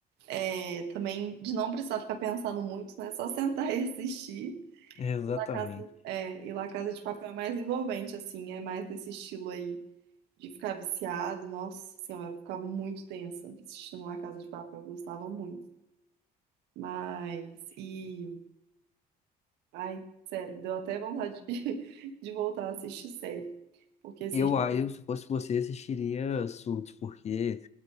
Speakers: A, on the right; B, on the left.
A: é, também de não precisar ficar pensando muito, né? Só <laughs> sentar e assistir.
B: <laughs> Exatamente.
A: La Casa, é, e La Casa de Papel é mais envolvente, assim, é mais desse estilo aí de ficar viciado. Nossa senhora, eu ficava muito tensa assistindo La Casa de Papel, eu gostava muito. Mas, e, ai, sério, deu até vontade <laughs> de, de voltar a assistir série. Porque esses
B: Eu,
A: dias.
B: ah, eu, se fosse você, assistiria Suits, porque